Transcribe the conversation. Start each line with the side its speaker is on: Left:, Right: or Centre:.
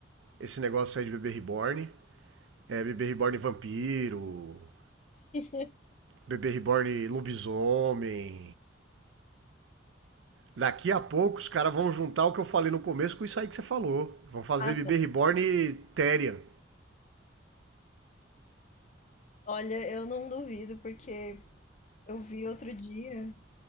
Right: esse negócio aí de bebê reborn. É, bebê reborn vampiro,
Left: <laughs>
Right: bebê reborn lobisomem. Daqui a pouco os caras vão juntar o que eu falei no começo com isso aí que você falou. Vão fazer
Left: Ah,
Right: bebê
Left: não.
Right: reborn Terian.
Left: Olha, eu não duvido, porque Eu vi outro dia